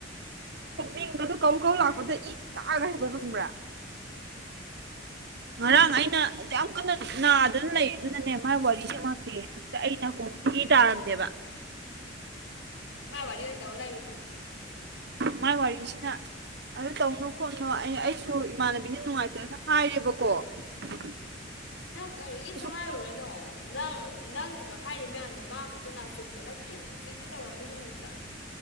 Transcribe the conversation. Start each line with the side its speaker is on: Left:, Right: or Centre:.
Right: ꯃꯤꯡꯒꯗꯣ ꯀ ꯀꯧ ꯂꯥꯛꯄꯗ ꯏꯁꯤ ꯀꯥꯑꯒ ꯍꯕ ꯈꯪꯕ꯭ꯔꯥ ꯉꯔꯥꯡ ꯑꯩꯅ ꯌꯥꯝ ꯀꯟꯅ ꯅꯥꯗꯅ ꯂꯩ ꯑꯗꯨꯅꯅꯦ ꯃꯥꯏ ꯋꯥꯔꯤꯁꯦ ꯉꯥꯛꯇꯤ ꯍꯦꯛꯇ ꯑꯩꯅ ꯀ ꯀꯤꯇꯔꯗꯕ
Left: ꯃꯥ ꯋꯥꯔꯤ ꯑꯣꯏ ꯇꯥꯎ ꯑꯣꯂꯥꯏꯔꯤꯕ
Right: ꯃꯥꯏ ꯋꯥꯔꯤꯁꯤꯅ ꯑꯗꯨ ꯇꯧꯅꯨ ꯈꯣꯠꯅꯨ ꯑꯩ ꯑꯩꯁꯨ ꯏꯃꯥꯟꯅꯕꯤꯅ ꯅꯨꯡꯉꯥꯏꯇꯗꯅ ꯍꯥꯏꯔꯦꯕꯀꯣ <unintelligible>
Left: ꯅꯪ ꯀꯔꯤꯁꯨ
Right: ꯀꯩꯁꯨ
Left: ꯍꯥꯏꯔꯨꯔꯅꯣ
Right: ꯈꯜꯂꯨ
Left: ꯅꯪ ꯅꯪꯅꯒ ꯍꯥꯏꯔꯤ ꯃꯌꯥꯝꯗꯣ ꯃꯥ ꯀꯩꯁꯨ ꯅꯥ ꯆꯨꯡꯕ ꯅꯠꯇꯦ ꯍꯧꯖꯤꯛꯁꯨ ꯇꯧꯔꯝꯃꯤꯗꯨ ꯎꯗ꯭ꯔꯥ